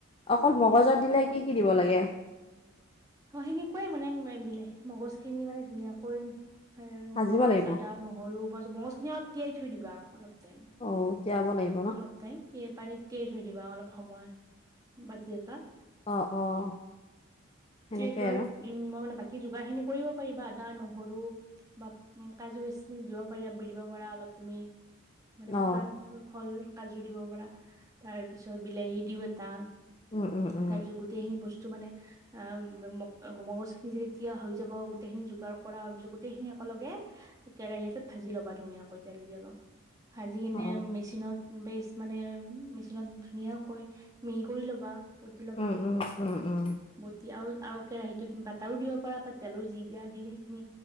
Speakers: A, on the left; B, on the right.
A: অকল
B: তুমি
A: মগজত
B: খাই পাইছানে
A: দিলে
B: মগজৰে
A: কি কি দিব লাগে?
B: অ' সেনেকুৱাই মানে মেল মিলে, মগজখিনি মানে ধুনীয়াকৈ সে
A: ভাজিব
B: মগজ,
A: লাগিব
B: আদা, নহৰু, ম মগজখিনি অলপ তিয়াই থৈ দিবা অলপ টাইম।
A: অ 'তিয়াব লাগি
B: অলপ টাইম, তিয়াই পানীত তিয়াই থৈ দিবা অলপ সময় বাতি এটাত।
A: অঁ অ। সেনেকে
B: যে ধই
A: আৰু
B: উম মই মানে বাকী যোগাৰখিনি কৰিব পাৰিবা আদা, নহৰু বা উম কাজু, কিছমিছ দিব পাৰিবা বি দিব পাৰা অলপ তুমি। মানে
A: অ
B: শুকান ফ ফল কাজু দিব পৰা তাৰ পিছত বিলাহী দিও এটা
A: উম উম উম।
B: তাৰপিছত গোটেইখিনি বস্তু মানে আ ম মগ মগজখিনি যদি তিয়া হৈ যাব গোটেইখিনি যোগাৰ কৰা হয় পিছত গোটেইখিনি একলগে কেৰাহী এটাত ভাজি ল'বা ধুনীয়াকৈ তেল দি অলপ, ভাজি কিনে
A: অ
B: মেচিনত বেচ মানে মেচিনত ধুনীয়াকৈ মিহি কৰি ল'বা, বুটি ল'বা
A: উম উম উম উম।
B: বটি আৰু আৰু কেৰাহীটোত বাটাৰো দিব পাৰা বা তেলো যি দিয়া দি সেইখিনি